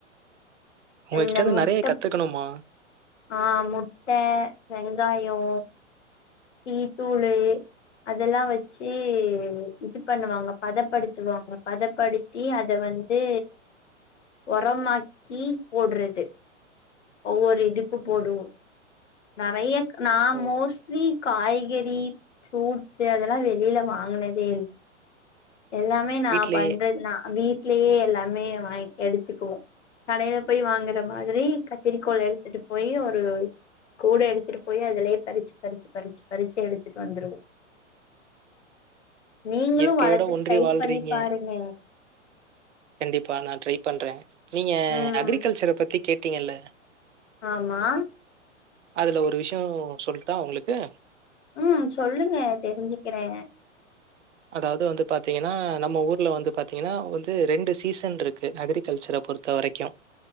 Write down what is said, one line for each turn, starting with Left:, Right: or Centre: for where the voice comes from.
Right: உங்ககிட்ட
Left: இந்த
Right: இருந்து
Left: முட்டப்
Right: நெறைய கத்துக்கணும்மா.
Left: ஆ முட்ட வெங் ங்காயோ டீதூளு அதெல்லா வச்சு இது பண்ணுவாங்க பதப்படுத்துவாங்க பதப்படுத்தி அத வந்து உரமாக்கி போடுறது ஒவ்வொரு இதுக்கு போடுவோ நறையா நா
Right: ஓ!
Left: மோஸ்ட்லி காய் காய்கறி ஃப்ரூட்ஸ்ஸு அதெல்லா வெளில வாங்குனதே இல்ல எல்லாமே நா‌
Right: வீட்லயே
Left: பண்றது நா வீட் வீட்லயே எல்லாமே வாங் எடுத்துக்குவோ கடயில போய் வாங்குற மாதிரி கத்திரிக்கோள் எடுத்துட்டு போய் ஒரு கூட எடுத்துட்டு போய் அதுலயே பறிச்சு பறிச்சு பறிச்சு பறிச்சு எடுத்துட்டு வந்துருவோ நீங்களு
Right: இயற்கையோட
Left: வளத்து
Right: ஒன்றி
Left: ட்ரை
Right: வாழ்றீங்க
Left: பண்ணி பாருங்க
Right: கண்டிப்பா நா ட்ரை பண்றே நீங்க
Left: ம்
Right: அக்ரிகல்ச்சர பத்தி கேட் டீங்கல்ல
Left: ஆமா
Right: அதுல ஒரு விஷயோ சொல்ட்டா உங்குளுக்கு
Left: ம் சொல்லுங்க தெரிஞ்சுக்குறே
Right: அதாவுது வந்து பாத்தீங்கனா நம்ம ஊர்ல வந்து பாத்தீங்கனா வந்து ரெண்டு சீசன்ட்ருக்கு அக்ரிகல்ச்சர பொறுத்த வரைக்கு